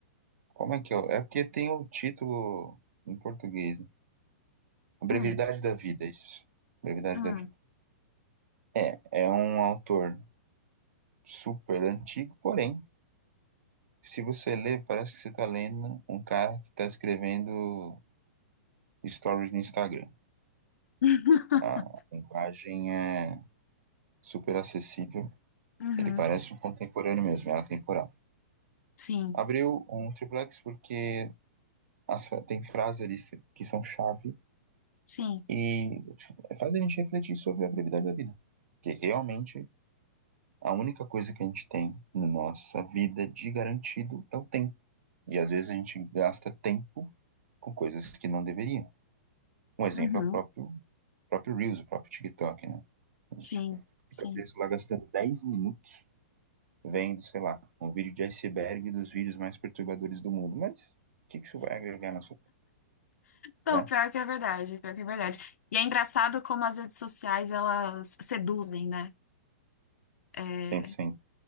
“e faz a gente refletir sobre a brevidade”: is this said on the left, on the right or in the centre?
Right